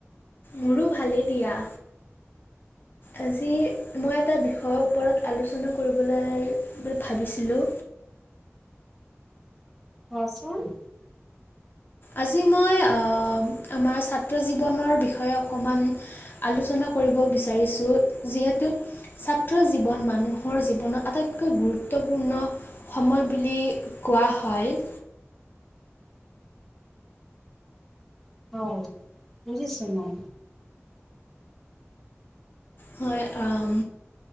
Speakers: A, on the left; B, in the centre.
A: মোৰো ভালেই দিয়া।
B: <inaudible>
A: আজি, মই এটা বিষয়ৰ ওপৰত আলোচনা কৰিবলৈ বুলি ভাবিছিলোঁ।
B: কোৱাচোন।
A: আজি মই আহ, আমাৰ ছাত্ৰ জীৱনৰ বিষয়ে অকণমান আলোচনা কৰিব বিচাৰিছো, যিহেতু ছাত্ৰ জীৱন মানুহৰ জীৱনৰ আটাইতকৈ গুৰুত্বপূৰ্ণ সময় বুলি কোৱা হয়।
B: হয়, বুজিছো মই।
A: হয় আহ,